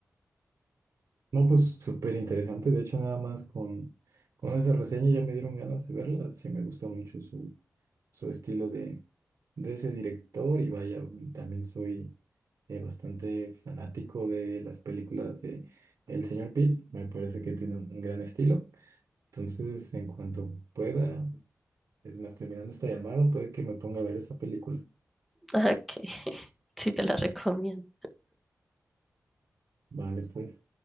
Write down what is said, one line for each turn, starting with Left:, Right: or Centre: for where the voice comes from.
Right: No, pues súper interesante. De hecho, nada más con, con esa reseña ya me dieron ganas de verla. Sí, me gustó mucho su, su estilo de, de ese director. Y vaya, también soy eh, bastante fanático de las películas de El Señor Pil. Me parece que tiene un gran estilo. Entonces, en cuanto pueda, es más, terminando esta llamada, puede que me ponga a ver esa película.
Centre: <laughs> Ok, <laughs> sí te la recomiendo.
Right: Vale, pues.